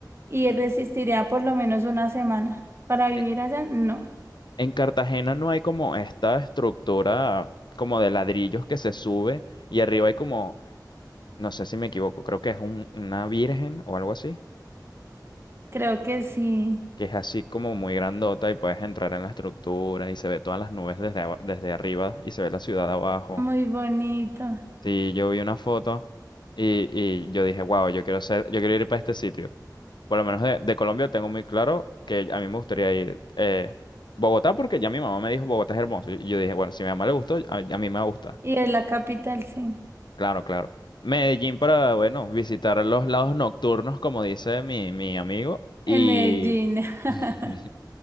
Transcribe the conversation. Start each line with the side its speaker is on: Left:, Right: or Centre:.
Right: y resistiría por lo menos una semana. Para vivir
Left: E-
Right: allá, no,
Left: En Cartagena no hay como esta estructura como de ladrillos que se sube y arriba hay como, no sé si me equivoco, creo que es un- una virgen o algo así,
Right: creo que sí,
Left: que es así como muy grandota y puedes entrar en la estructura y se ve todas las nubes desde, aba- desde arriba y se ve la ciudad abajo.
Right: muy bonito.
Left: Sí, yo vi una foto y, y yo dije, wow, yo quiero hacer, yo quiero ir para este sitio. Por lo menos de, de Colombia tengo muy claro que a mí me gustaría ir eh, Bogotá porque ya mi mamá me dijo Bogotá es hermoso. Y yo dije, bueno, si a mi mamá le gustó, a, a mí me va a gustar.
Right: Y es la capital, sí.
Left: Claro, claro. Medellín para, bueno, visitar los lados nocturnos, como dice mi, mi amigo. Y,
Right: En Medellín. <laughs>
Left: <laughs>